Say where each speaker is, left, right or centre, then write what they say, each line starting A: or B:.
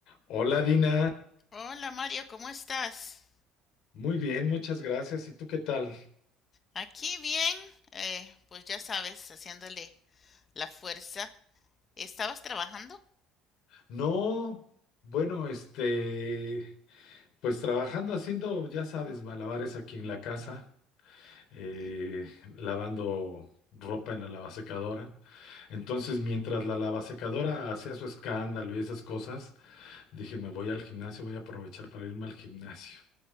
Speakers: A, on the left; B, on the left.
A: Hola Dina,
B: Hola Mario, ¿cómo estás?
A: muy bien, muchas gracias. ¿Y tú qué tal?
B: Aquí bien, eh, pues ya sabes, haciéndole la fuerza. ¿Estabas trabajando?
A: No, bueno, este, pues trabajando haciendo, ya sabes, malabares aquí en la casa, eh,
B: ¿Mm?
A: lavando ropa en la lavasecadora. Entonces, mientras la lavasecadora hacía su escándalo y esas cosas, dije, me voy al gimnasio, voy a aprovechar para irme al gimnasio.